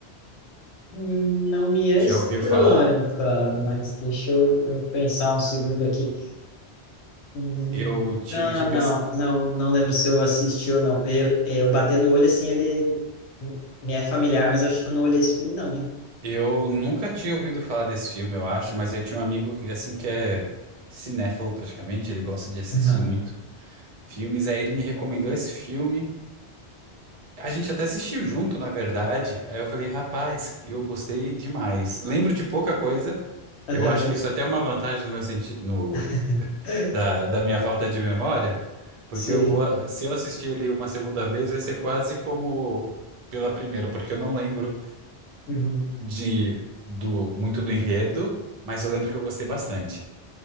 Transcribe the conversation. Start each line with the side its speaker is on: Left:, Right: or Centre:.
Left: Hum, Não me é
Right: Já
Left: estranho,
Right: ouviu falar?
Left: cara, mas deixa eu, eu pensar um segundo aqui. Hum,
Right: Eu tive
Left: Ah,
Right: que pesquisar.
Left: não, não, não lembro se eu assisti ou não. Eu, eu batendo o olho assim, ele me é familiar, mas eu acho que eu não olhei esse filme, não, hein?
Right: Eu nunca tinha ouvido falar desse filme, eu acho, mas eu tinha um amigo que, assim, que é cinéfilo praticamente, ele gosta de assistir
Left: Aham,
Right: muito filmes, aí ele me recomendou esse filme. A gente até assistiu junto, na verdade. Aí eu falei, rapaz, eu gostei demais. Lembro de pouca coisa.
Left: aham,
Right: Eu acho que isso até é uma vantagem no meu sentido, no,
Left: <laughs>
Right: <laughs> da, da minha falta de memória, porque
Left: sim.
Right: eu vou, se eu assistir ele uma segunda vez, vai ser quase como pela primeira, porque eu não lembro
Left: Uhum.
Right: de do muito do enredo, mas eu lembro que eu gostei bastante.